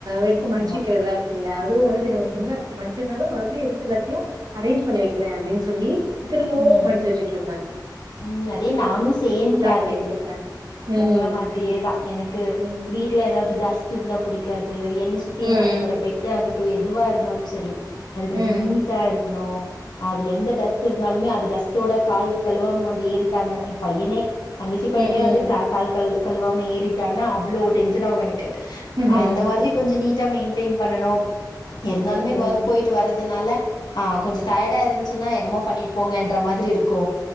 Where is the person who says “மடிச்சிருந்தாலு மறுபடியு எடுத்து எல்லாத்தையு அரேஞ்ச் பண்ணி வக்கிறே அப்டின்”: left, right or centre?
Right